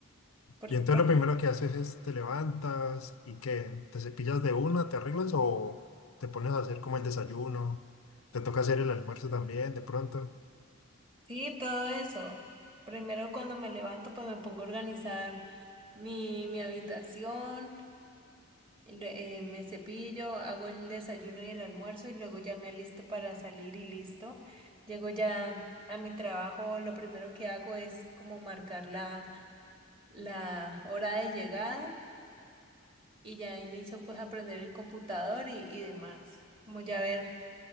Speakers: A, on the right; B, on the left.
A: Porque,
B: Y entonces
A: por-
B: lo primero que haces es te levantas y qué, te cepillas de una, te arreglas o te pones a hacer como el desayuno, te toca hacer el almuerzo también de pronto.
A: sí, todo eso. Primero cuando me levanto, pues me pongo a organizar mi, mi habitación. Re- eh, me cepillo, hago el desayuno y el almuerzo y luego ya me alisto para salir y listo. Llego ya a mi trabajo, lo primero que hago es como marcar la, la hora de llegada y ya inicio pues a aprender el computador y, y demás, como ya ver